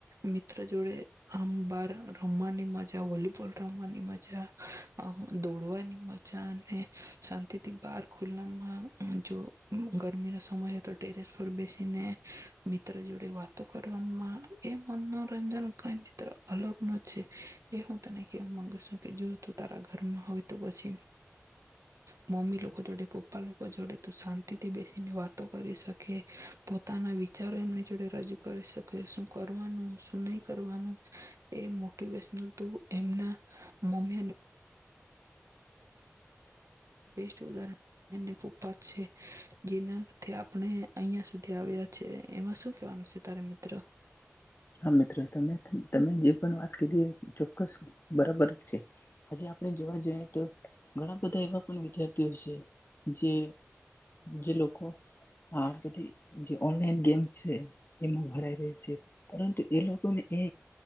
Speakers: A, on the right; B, on the left.
A: મિત્ર જોડે આમ બાર રમવાની મજા વોલીબોલ રમવાની મજા દોડવાની મજા અને શાંતિથી બાર ખુલ્લામાં જો ગરમી ના સમય તો ટેરેસ પર બેસીને મિત્ર જોડે વાતો કર મનોરંજન ક મ્ર અલગ ન છે એ હું તને કેવા માંગુ છું કે જો તું તારા ઘરમાં હોય તો પછી મમ્મી લોકો જોડે પપ્પા લોકો જોડે તું શાંતિ થી બેસીને વાતો કરી શકે પોતાના વિચારો એમની જોડે રજૂ કરી શક કે શું કરવાનું શું? નહી કરવાનું. એ મોટિવેશનલ ત એમના મમ્મી્ બેસ્ટ ઉદાહરણ એને પપ્પા છે જેનાથી આપણે અહં સુધી આવ્યા છે એમાં શું કેવાનું છે તારે મિત્ર.
B: હા મિત્રો, તમે તમે જે પણ વાત કરીધી ચોક્કસ બરાબર જ છે હજ આપણે જોવા જઈએ તો ઘણા બધા એવા પણ વિચાર દિવસે જે જે લોકો હા બધી જે ઓનલાઈન ગેમ્ છે. એમાં ભરાય રહી છે. પરંતુ એ લોકોને એ